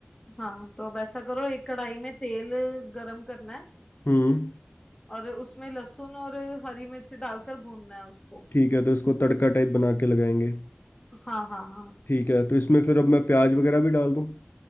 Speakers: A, on the left (about 20°); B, on the left (about 55°).
A: हाँ तो अब ऐसा करो एक कढ़ाई में तेल गरम करना है
B: हम्म
A: और उसमें लहसुन और हरी मिर्च डालकर भूनना है उसको
B: ठीक है तो इसको तड़का टाइप बना के लगाएंगे
A: हाँ हाँ हाँ
B: ठीक है तो इसमें फिर अब मैं प्याज वगैरह भी डाल दूं